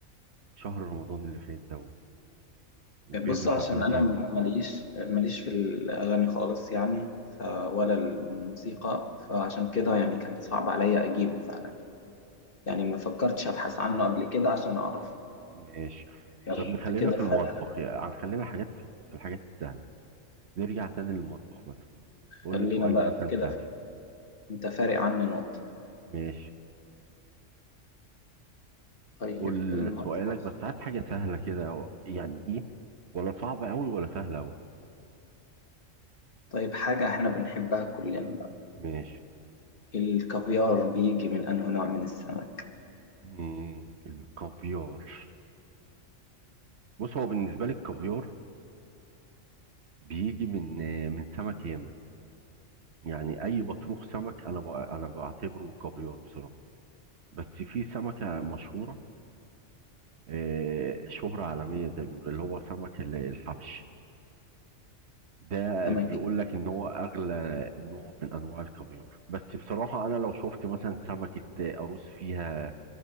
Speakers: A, on the right; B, on the left.
A: شهر رمضان اللي فات ده و- وبيعمل
B: بص عشان
A: حفلات
B: انا
A: ياما
B: ماليش ماليش في الاغاني خالص يعني ف ولا الموسيقى فعشان كده يعني كان صعب عليا اجيبه فعلا يعني ما فكرتش ابحث عنه قبل كده عشان اعرف
A: ماشي
B: يلا
A: طب نخلينا
B: انت كده
A: في المطبخ
B: فارق
A: يعني خلينا حاجات في, في الحاجات السهلة نرجع تاني للمطبخ مثلا قول
B: خلينا
A: لي سؤال
B: بقى
A: مثلا
B: انت كده
A: سهل
B: انت فارق عني نقطة
A: ماشي
B: طيب
A: قول
B: المطبخ
A: سؤالك بس هات حاجة سهلة كده أو- يعني ايه ولا صعبة أوي ولا سهلة أوي
B: طيب حاجة احنا بنحبها كلنا بقى
A: ماشي
B: الكافيار بيجي من انه نوع من السمك
A: مم. الكافيار بص هو بالنسبة لي الكافيار بيجي من آه، من سمك ياما يعني أي بطروخ سمك أنا ب- أنا بعتبره كافيار بصراحة بس في سمكة مشهورة آه، شهرة عالمية زي ما بيقولوا اللي هو سمك ال- الحبش ده
B: سمكة
A: بيقول لك ان هو اغلى نوع من انواع الكافيار بس بصراحة انا لو شفت مثلا سمكة آه، قاروص فيها